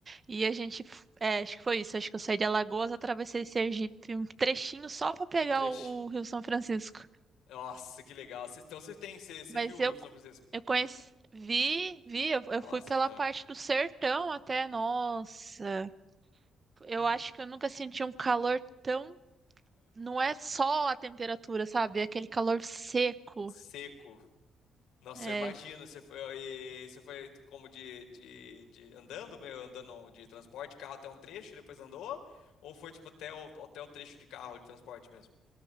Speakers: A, on the right; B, on the left.
A: E a gente. É, acho que foi isso. Acho que eu saí de Alagoas, atravessei Sergipe. Um trechinho só pra pegar
B: um trecho.
A: o, o Rio São Francisco.
B: Nossa, que legal. Cê- Então você tem, você
A: Mas
B: viu o
A: eu,
B: Rio São Francisco?
A: eu conheci. Vi, vi. Eu, eu
B: Nossa,
A: fui pela
B: que top.
A: parte do sertão até. Nossa. Eu
B: <laughs>
A: acho que eu nunca senti um calor tão. Não é só a temperatura, sabe? É aquele calor seco.
B: Seco. Nossa,
A: é,
B: eu imagino. Você foi, e você foi como de, de, de andando, meu, andando não, de transporte de carro até um trecho, e depois andou? Ou foi tipo até o, até o trecho de carro de transporte mesmo?